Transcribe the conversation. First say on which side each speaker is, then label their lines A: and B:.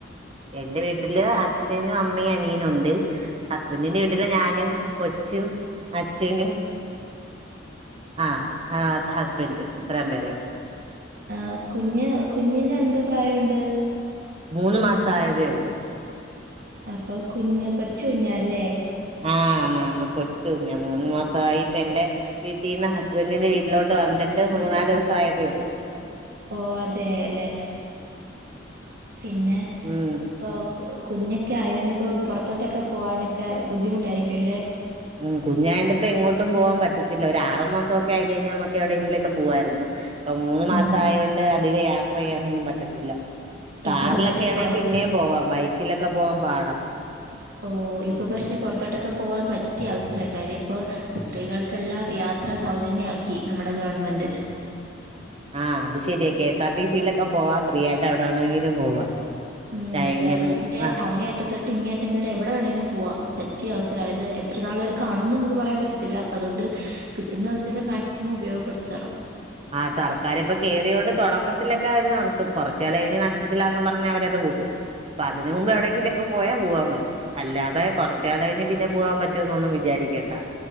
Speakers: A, on the right (about 30°); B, on the right (about 55°).
A: എന്റെ വീട്ടില് അച്ചനും, അമ്മയും, അനിയനും ഉണ്ട്. ഹസ്ബൻഡിന്റെ വീട്ടില് ഞാനും കൊ ച്ചും അച്ഛനും ആ ആ അത് ഹസ്ബെൻഡ് ഇത്രേം പേരെ ഒള്ളു.
B: ആ, കുഞ്ഞ് കുഞ്ഞിന് എന്തോ പ്രായമുണ്ട്
A: മൂന്ന് മാസായതേ ഉള്ളൂ
B: അപ്പൊ കുഞ്ഞ് കൊച്ചു കുഞ്ഞാ ല്ലേ?
A: ആ ന്നാ ന്ന് കൊച്ചുകുഞ്ഞാ. മൂന്ന് മാസായി ഇപ്പ എന്റെ വീട്ടീന്ന് ഹസ്ബൻഡിന്റെ വീട്ടിലോട്ട് വന്നിട്ട് മൂന്നാല് ദിവസായതേ ഉള്ളൂ.
B: ഓ അതെ ല്ലെ പിന്നെ
A: ഉം
B: ഇപ്പൊ കു കുഞ്ഞൊക്കെ ആയോണ്ടിപ്പൊ പുറത്തോട്ടൊക്കെ പോകാനൊക്കെ ബുദ്ധിമുട്ടായിരിക്കുവല്ലെ?
A: ഉം കുഞ്ഞായോണ്ട് ഇപ്പ എങ്ങോട്ടും പോവാൻ പറ്റത്തില്ല. ഒരു ആറുമാസവൊക്കെ ആയി കഴിഞ്ഞാൽ നമുക്ക് എവിടെയെങ്കിലുമൊക്കെ പോവായിരുന്ന്. ഇപ്പൊ മൂന്ന് മാസം
B: ഉം
A: ആയോണ്ട് അധികം യാത്ര ചെയ്യാനൊന്നും പറ്റത്തില്ല. കാറിലൊക്കെയാണെ
B: ഇപ്പൊ പക്ഷെ പുറത്ത്
A: പിന്നെയും പോവാം. ബൈക്കിലൊക്കെ പോവാൻ പാടാ
B: ഓ ഇപ്പൊ പക്ഷെ പൊറത്തോട്ടൊക്കെ പോകാൻ പറ്റിയ അവസരാ കാര്യം ഇപ്പൊ സ്ത്രീകൾക്കെല്ലാം യാ ത്ര സൗജന്യാക്കി നമ്മുടെ ഗവർണ്മെന്റ്.
A: ആ അത് ശരിയാ കെഎസ് ആർ ടി സിയിലൊക്കെ പോവാ ഫ്രീ ആയിട്ട് എവിടെവേണെങ്കിലും പോവാ.
B: ഉം
A: കഴിഞ്ഞ
B: കേരളത്തിന്റെ
A: ആഹ്
B: അങ്ങേയറ്റം തൊട്ട് ഇങ്ങേ അറ്റം വരെ എവിടെ വേണേലും പോവാം. പറ്റിയ അവസരാ അതായത്, എത്ര നാൾ വരെ കാണുംന്ന് നമുക്ക് പറയാൻ പറ്റത്തില്ല. അപ്പോ അതുകൊണ്ട് കിട്ടുന്ന അവസരം മാക്സിമം ഉപയോഗപ്പെടുത്തണം
A: ആഹ സർക്കാരിപ്പൊ കയറിയോൊണ്ട് തുടക്കത്തിലൊക്കെ അവര് നടത്തും കുറച്ച് കലം കഴിഞ നഷ്ടത്തിലാന്നെന്നും പറഞ്ഞഞ് അവരത് പുട്ടും അപ്പൊ അതിനന് മുമ്പ് എവിടെെങ്കിലും ഒക്കെ പോയാ പോവാൻ പറ്റും അല്ലാതെ കുറച്ച കല കഴിഞ്ഞ് പിന്ന പോവാൻ പറ്റോ ന്നും വിചാരിക്കണ്ട